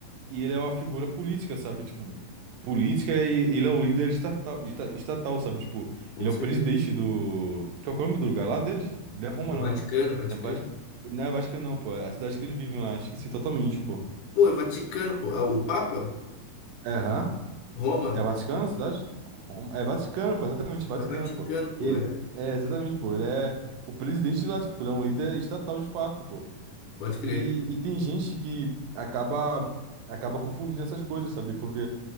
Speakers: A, on the right; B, on the left.
A: e ele é uma figura política, sabe? Tipo, política e ele é o líder estatal, esta- estatal, sabe? Tipo,
B: com
A: ele é
B: certeza.
A: o presidente do. Qual que é o nome do lugar lá deles? Não é Roma,
B: O
A: não.
B: Vaticano, Vaticano.
A: Não é Vati- não é Vaticano, não, pô. É a cidade que eles vivem lá. Esqueci totalmente, pô.
B: Pô, é Vaticano, pô. É o Papa?
A: Aham.
B: Roma?
A: É Vaticano, a cidade? Roma? É Vaticano, pô, exatamente, Vaticano,
B: É o Vaticano,
A: pô.
B: pô,
A: E,
B: é.
A: é, exatamente, pô, ele é o presidente de lá, tipo, ele é um líder estatal de fato, pô.
B: Pode
A: E,
B: crer.
A: e tem gente que acaba, acaba confundindo essas coisas, sabe? Porque